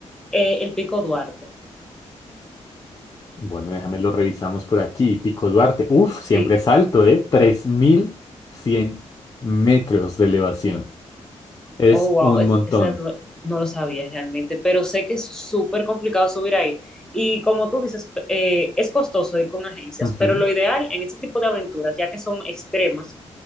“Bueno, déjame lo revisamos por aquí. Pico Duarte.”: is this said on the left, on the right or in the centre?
Left